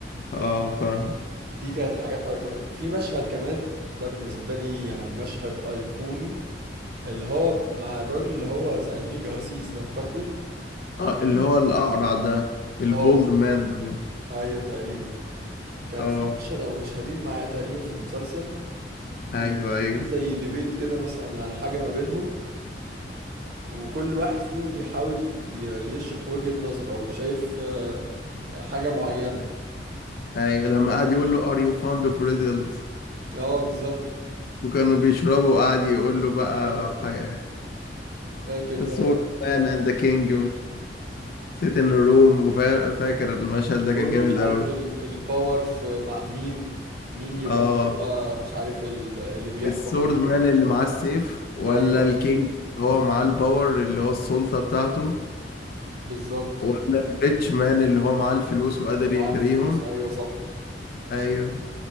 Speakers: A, on the left (about 55°); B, on the right (about 55°).
A: اه فاهم
B: دي كانت حاجات ايقونية في مشهد كمان ده بالنسبة لي يعني مشهد ايقوني اللي هو مع الراجل اللي هو زعيم الجواسيس ده فاكره
A: اه اللي
B: <clears throat>
A: هو الاقرع ده البولد
B: اه
A: مان ده
B: ايوه تقريبا كان
A: اه
B: في مشهد او مشهدين معاه تقريبا في المسلسل بي...
A: ايوه
B: يعني
A: ايوه
B: في زي ديبيت كده مثلا على حاجه ما بينهم وكل واحد فيهم بيحاول ي... يشرح وجهه نظره او شايف آه، حاجه معينه
A: ايوه لما قعد يقول له ار يو فاند اوف ريدلز
B: اه بالظبط
A: وكانوا بيشربوا وقعد يقول له بقى
B: اه
A: حي...
B: فاكر ده
A: سورد
B: اه
A: مان اند ذا كينج سيت ان روم وفاكر المشهد
B: بيقول
A: ده كان جامد
B: له مش عارف
A: قوي
B: ال... الباور في مع مين مين يبقى
A: اه
B: هو مش عارف ال... اللي بيحكم
A: السورد مان اللي معاه السيف ولا
B: ايوه
A: الكينج اللي هو معاه الباور اللي هو السلطة بتاعته
B: بالظبط
A: ولا الريتش مان اللي هو معاه الفلوس وقادر
B: اللي معاه
A: يغريهم
B: الفلوس ايوه صح
A: ايوه